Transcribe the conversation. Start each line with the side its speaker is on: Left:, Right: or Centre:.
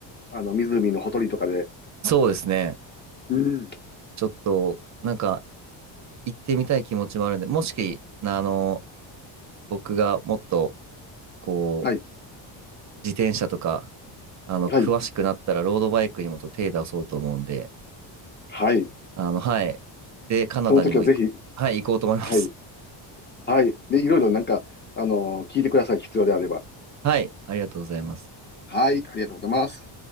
Left: あの、湖のほとりとかで。
Right: そうですね。
Left: うん。
Right: ちょっと、なんか、行ってみたい気持ちもあるんで、もし、あの、僕がもっと、こう、
Left: はい、
Right: 自転車とか、あの、詳しくなったら、
Left: はい、
Right: ロードバイクにもちょっと手出そうと思うんで、
Left: はい。
Right: あの、はい。で、カナダにも行く、
Left: その時はぜひ、
Right: はい、行こうと思います。
Left: はい、はい。で、いろいろなんか、あの、聞いてください。必要であれば。
Right: <laughs> はい、ありがとうございます。
Left: はい、ありがとうございます。